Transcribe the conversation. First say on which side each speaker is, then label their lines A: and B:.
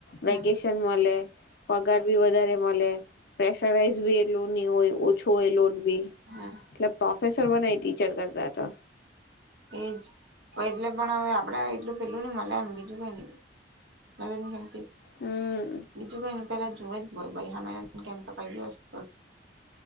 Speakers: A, on the left; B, on the right.
A: વેકેશન
B: હમ
A: મળે. પગાર ભી વધારે. પ્રેશરાઇઝ બી એટલુ નહી હોય ઓછો હોય લોટ બી,
B: હમ
A: એટલે પ્રોફેસર બને ટીચર કરતા તો.
B: એજ એટલે પણ હવે આપડે એટલું પેલું નઈ મળે એમ બીજું કઈ નઈ. મજને કેમતી <unintelligible>
A: હમ
B: બીજું કોઈ એને પહેલા જુએ જ બોલ ભાઈ હમેરા કેમ તો કંઈ વ્યસ્ત